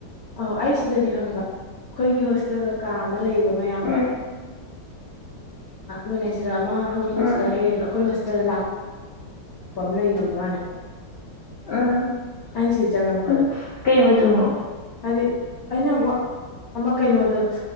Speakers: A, on the left; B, on the left.
A: ꯑ ꯑꯩ ꯁꯤꯗꯅꯦ ꯈꯪꯉꯕ ꯑꯩꯈꯣꯏꯒꯤ ꯍꯣꯁꯇꯦꯜꯗ ꯀꯥ ꯑꯃ ꯂꯩꯌꯦꯕ ꯃꯌꯥꯝ
B: ꯎꯝ
A: ꯃꯥꯅꯦ ꯁꯤꯗ ꯃꯥ ꯍꯧꯗꯣꯡꯁꯤꯗ
B: ꯎꯝ
A: ꯍꯦꯛ ꯑꯩꯈꯣꯏ ꯍꯣꯁꯇꯦꯜ ꯂꯥꯛꯄ ꯂꯩꯕꯕꯥꯅꯦ
B: ꯎꯝ
A: ꯑꯩꯁꯤ ꯆꯪꯉꯛꯄꯗ
B: ꯎꯝ ꯀꯩ ꯃꯆꯨꯅꯣ
A: ꯍꯥꯏꯗꯤ ꯑꯩꯅ ꯑꯃ ꯀꯩꯅꯣꯗꯣ